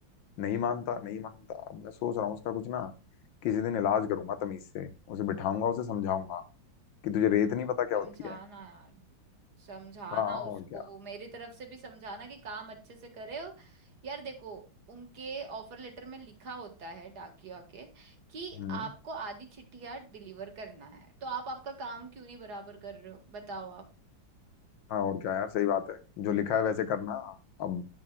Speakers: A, on the left; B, on the right.
A: नहीं मानता नहीं मानता अब मैं सोच रहा हूँ उसका कुछ ना किसी दिन इलाज करूंगा तमीज से उसे बिठाऊंगा उसे समझाऊंगा कि तुझे रेत नहीं पता क्या
B: समझाना
A: होती है
B: यार समझाना
A: हाँ
B: उसको
A: और क्या
B: मेरी तरफ से भी समझाना कि काम अच्छे से करे और यार देखो उनके ऑफर लेटर में लिखा होता है डाकिया के कि
A: हम्म
B: आपको आधी चिट्ठियां डिलीवर करना है तो आप आपका काम क्यों नहीं बराबर कर रहे हो बताओ आप
A: हाँ और क्या यार सही बात है जो लिखा है वैसे करना अब